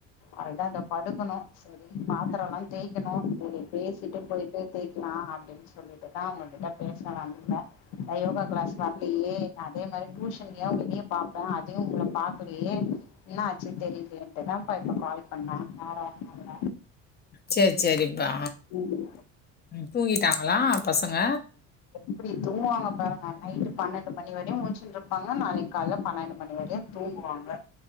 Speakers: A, on the left; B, on the left.
A: அவ்ளதா இதோ படுக்கணு செரி பாத்திரல்லா தேய்க்கணு செரி பேசிட்டு போயிட்டு தேய்க்கலா அப்டின் சொல்லிட்டு தா உங்ககிட்டப் பேச வந்தே அதா யோகா கிளாஸ் வரலையே அதே மாத்ரி டியூஷன் ஏவ் இங்கியே பாப்போ அதயு உங்கள பாக்கலயே என்னா ஆச்சு தெரிய்லேன்ட்டு தான்ப்பா இப்ப கால் பண்ணே வேற ஒண்ணு இல்ல
B: சேர் சேரிப்பா
A: ம்
B: தூங்கிட்டாங்ளா பசங்க
A: எப்டி தூங்குவாங்க பாருங்க நைட்டு பன்னெண்டு மணி வரியு முழிச்சின்ட்ருப் பாங்க நாளைக் கால்ல பன்னெண்டு மணி வரையு தூங்குவாங்க